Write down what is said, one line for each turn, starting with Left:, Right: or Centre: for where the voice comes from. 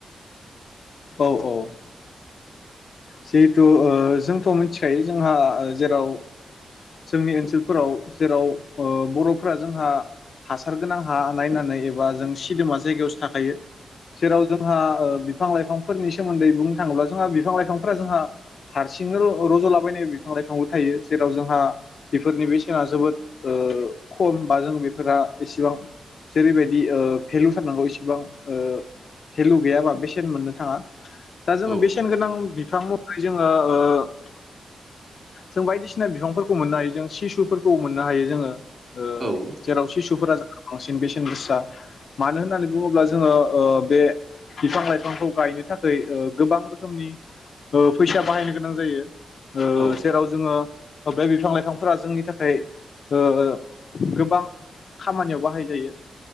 Left: औ औ। जिहेथु ओह जोंथ मोनथिखायो जोंहा ओह जेराव जोंनि ओनसोलफोराव जेराव ओह बरफोरा जोंहा हासार गोनां हा नायनानै एबा जों सिदोमा जायगायावसो थाखायो जेराव जोंहा ओह बिफां लाइफांफोरनि सोमोन्दै बुंनो थाङोब्ला जोंहा बिफां लाइफां। बिफांफोरा जोंहा हारसिंनो र रजलाबायनाय बिफां लाइफांबो थायो जेराव जोंहा बेफोरनि बेसेना जोबोद ओह खम बा जों बेफोरा एसेबां जेरैबायदि ओह भेलु थारनांगौ इसेबां ओह भेलु गैयाबा बा बेसेन मोननो थाङा। दा जोङो
Right: औ
Left: बेसेनगोनां। बिफां महरै जोङो ओह जों बायदिसिना बिफांफोरखौ मोननोहायो जों सिसुफोरखौ मोननोहायो जोङो। ओह
Right: औ
Left: जेराव सिसु सुफोरा जोंहा बांसिन बेसेन गोसा मानो होननानै बुङोब्ला जोङो ओह बे बिफां लाइफांखौ गायनो थाखै गोबां रोखोमनि। ओह फैसा बाहायनो गोनां जायो। ओह
Right: औ
Left: जेराव जोङो। ओह बे बिफां लाइफांफोरा जोंनि थाखाय ओह गोबां खामानियाव बाहाय जायो।